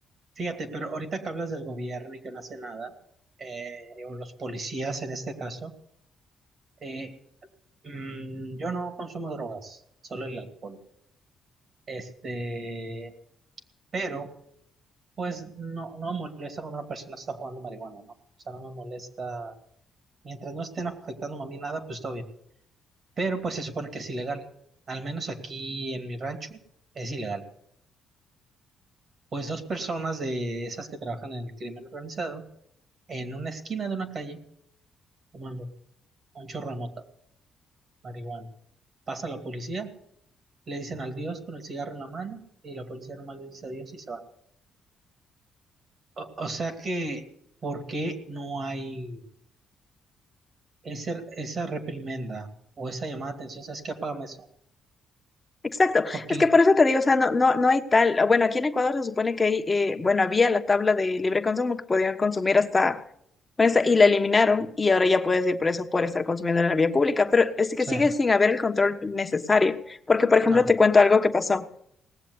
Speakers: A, on the right; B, on the left.
A: Fíjate, pero ahorita que hablas del gobierno y que no hace nada, eh, o los policías en este caso, eh, mm, yo no consumo drogas, solo el alcohol. Este, pero Pues no, no me molesta cuando una persona está jugando marihuana, ¿no? O sea, no me molesta. Mientras no estén afectando a mí nada, pues todo bien. Pero pues se supone que es ilegal. Al menos aquí en mi rancho es ilegal. Pues dos personas de esas que trabajan en el crimen organizado, en una esquina de una calle, fumando un chorro de mota, marihuana. Pasa la policía, le dicen al Dios con el cigarro en la mano y la policía normal le dice adiós y se va. O, o sea que, ¿por qué no hay ese, esa reprimenda o esa llamada de atención, ¿sabes qué? Apágame eso.
B: Exacto,
A: Porque,
B: es que por eso te digo, o sea, no, no, no hay tal, bueno, aquí en Ecuador se supone que hay, eh, bueno, había la tabla de libre consumo que podían consumir hasta, bueno, esta- y la eliminaron y ahora ya puedes ir preso por estar consumiendo en la vía pública, pero es que
A: sí,
B: sigue sin haber el control necesario, porque por ejemplo
A: no,
B: te cuento algo que pasó.